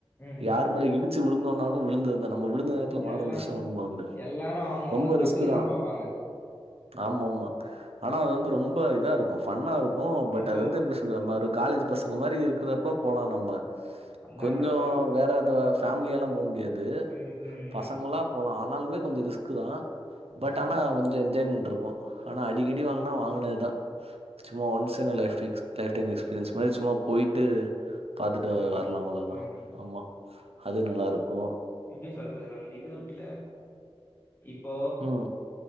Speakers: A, on the left; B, on the right.
A: ம்,
B: யாரு
A: ம், ம்.
B: மேல இடிச்சு விழுந்தோனாலு விழுந்தது இல்ல நம்ம விழுந்த நேரத்துல மாடு
A: எல்லா
B: வந்துருச்சா ஒண்ணு பண்ண முடியாது
A: எல்லாரு அவங்கவங்க
B: ரொம்ப
A: தப்பிக்கதா
B: ரிஸ்க்கு தா
A: பாப்பாங்க.
B: ஆமாமா ஆனா அது வந்து ரொம்ப இதாருக்கும் ஃபன்னாருக்கு பட்
A: இப்போ
B: அது வந்து நம்ம ஒரு காலேஜ் பசங்க மாரி இருக்கறப்போ போலா நம்ம
A: அதா
B: கொஞ்சோ
A: ப்ரோ.
B: வேற அத ஃபேமிலியெல்லா போக முடியாது
A: ம், ம், ம்,
B: பசங்களா போலா ஆனாலுமே கொஞ்சோ ரிஸ்க்கு தா பட்
A: ம்.
B: ஆனா கொஞ்சோ என்ஜாய்மெ ட்ருக்கு ஆனா அடிக்கடி வாங்குனா வாங்குனதுதா சும்மா ஒன்ஸ் என் லைஃப்க் லைஃப் டைம் எக்ஸ்பீரியன்ஸ் மாரி சும்மா போயிட்டு பாத்துட்டு
A: வந்தாங்க.
B: வரலா அவ்ளோதா
A: ம்.
B: ஆமா அது நல்லாயிருக்கு
A: எப்டி சொல்றது அந்த இது இருக்குல இப்போ
B: ம்.